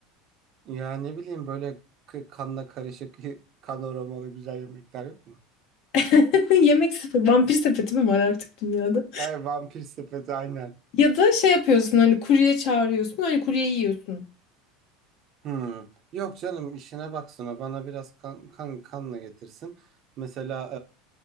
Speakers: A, on the right; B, on the left.
A: Ya ne bileyim böyle k- kanla karışık <laughs> kan kanoralı güzel yemekler yok mu?
B: <laughs> Yemek sepeti, vampir sepeti mi var artık dünyada?
A: Ay vampir sepeti aynen.
B: Ya da şey yapıyorsun hani kurye çağırıyorsun hani kurye yiyorsun.
A: Hmm. Yok canım işine baksana bana biraz kan, kan kanla getirsin. Mesela